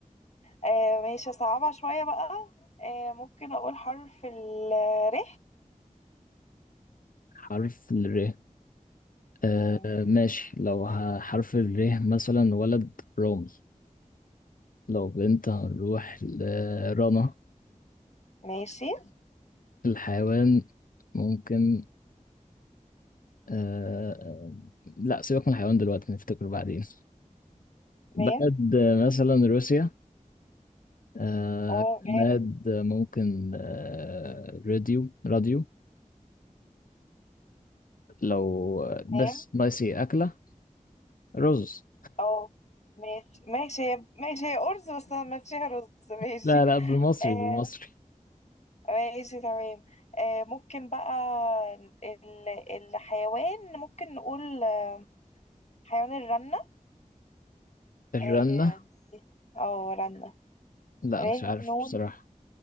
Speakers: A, on the left; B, on the left.
A: آه، ماشي صعبة شوية بقى آه، ممكن أقول حرف ال ر
B: حرف الر آه
A: مم،
B: ماشي لو ه- حرف الر مثلا ولد رامي لو بنت هنروح لرنا
A: ماشي
B: الحيوان ممكن آه لا سيبك من الحيوان دلوقتي نفتكر بعدين بلد
A: ميم
B: آه، مثلا روسيا آه
A: اه جامد
B: بلد آه، ممكن آه راديو راديو لو آه، بس
A: ميم
B: ناقص ايه أكلة رز
A: اه ماشي ماشي هي- ماشي هي أرز بس أنا ماشي هي رز ماشي
B: لا لا بالمصري
A: آه،
B: بالمصري
A: ماشي تمام آه، ممكن بقى ال- الحيوان ممكن نقول آه، حيوان الرنة
B: الرنة
A: اه آه، رنة
B: لا
A: ر
B: مش عارف
A: نون
B: بصراحة